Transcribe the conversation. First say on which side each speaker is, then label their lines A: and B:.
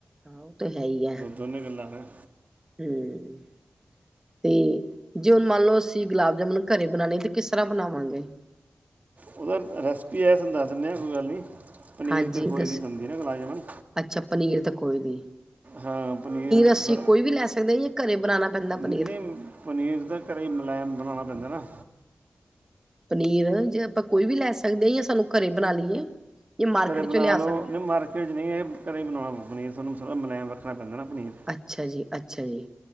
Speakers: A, on the right; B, on the right.
A: ਉਹ ਤਾਂ ਹੈ ਹੀ ਆ।
B: ਦੋਨੇ ਗੱਲਾਂ ਹੈ।
A: ਹੂੰ। ਤੇ ਜੇ ਮੰਨ ਲਓ ਅਸੀਂ ਗੁਲਾਬ ਜਾਮੁਨ ਘਰੇ ਬਣਾਉਣੇ ਤੇ ਕਿਸ ਤਰ੍ਹਾਂ ਬਣਾਵਾਂਗੇ।
B: ਉਹਦਾ ਰੈਸਪੀ ਹੈ ਤੁਹਾਨੂੰ ਦੱਸ ਦਿੰਦੇ ਹਾਂ ਕੋਈ ਗੱਲ ਨਹੀ। ਪਨੀਰ
A: ਹਾਂਜੀ
B: ਤੇ ਖੋਏ
A: ਦੱਸ
B: ਦੀ ਬਣਦੀ ਆ ਨਾ ਗਲਾਜਮਨ।
A: ਅੱਛਾ ਪਨੀਰ ਤਾਂ ਕੋਈ ਨੀ
B: ਹਾਂ ਪਨੀਰ
A: ਅਸੀਂ
B: ਬ
A: ਕੋਈ ਵੀ ਲੈ ਸਕਦੇ ਹਾਂ ਜਾਂ ਘਰੇ ਬਣਾਉਣਾ ਪੈਂਦਾ ਪਨੀਰ
B: ਨਹੀਂ, ਪਨੀਰ ਤਾਂ ਘਰੇ ਹੀ ਮਲਾਮ ਬਣਾਉਣਾ ਪੈਂਦਾ ਨਾ।
A: ਪਨੀਰ ਜੇ ਆਪਾਂ ਕੋਈ ਵੀ ਲੈ ਸਕਦੇ ਹਾਂ ਜਾ ਸਾਨੂੰ ਘਰੇ ਬਣਾ ਲਈਏ। ਜਾਂ ਮਾਰਕੀਟ
B: ਘਰ ਬਣਾ
A: ਚੋਂ ਲਿਆ
B: ਲਉ
A: ਸਕਦੇ
B: ਨਹੀਂ ਮਾਰਕੀਟ ਚ ਨਹੀਂ ਇਹ ਘਰ ਹੀ ਬਣਾਉਣਾ ਪੋਉ ਪਨੀਰ ਸਾਹਾਨੂੰ ਮੁਲਾਇਮ ਰੱਖਣਾ ਪੈਂਦਾ ਨਾ ਪਨੀਰ।
A: ਅੱਛਾ ਜੀ, ਅੱਛਾ ਜੀ।